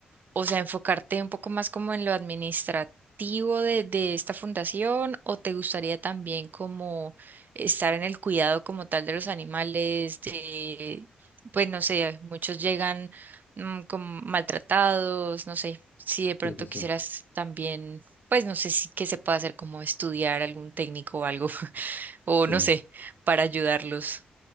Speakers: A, on the right; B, on the left.
A: o sea, enfocarte un poco más como en lo administrativo de, de esta fundación o te gustaría también como estar en el cuidado como tal de los animales, de, pues no sé, muchos llegan mm, como maltratados, no sé, si de pronto
B: Sí, sí, sí.
A: quisieras también, pues no sé si que se pueda hacer como estudiar algún técnico o algo, <laughs> o
B: Sí.
A: no sé, para ayudarlos.